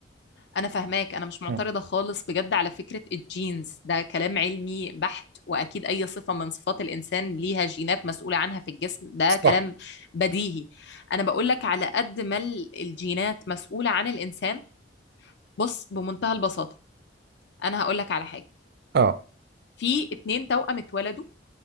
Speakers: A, on the left; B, on the right.
A: أنا فاهماك أنا مش معترضة
B: مم.
A: خالص بجد على فكرة الجينز ده كلام علمي بحت وأكيد أي صفة من صفات الإنسان ليها جينات مسؤولة عنها في الجسم ده
B: صح
A: كلام بديهي أنا بقولك على قد ما ال- الجينات مسؤولة عن الإنسان بص بمنتهى البساطة أنا هقولك على حاجة
B: اه
A: في اتنين توأم اتولدوا